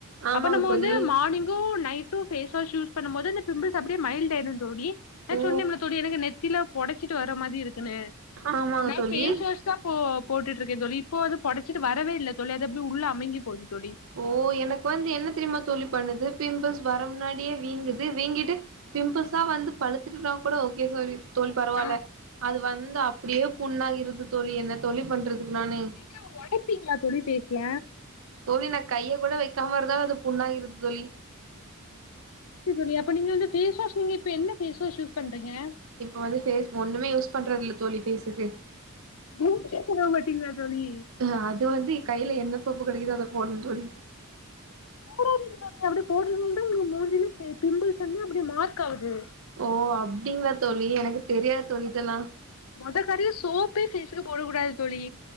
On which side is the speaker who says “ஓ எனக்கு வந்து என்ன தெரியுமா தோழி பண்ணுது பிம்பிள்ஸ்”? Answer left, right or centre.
Right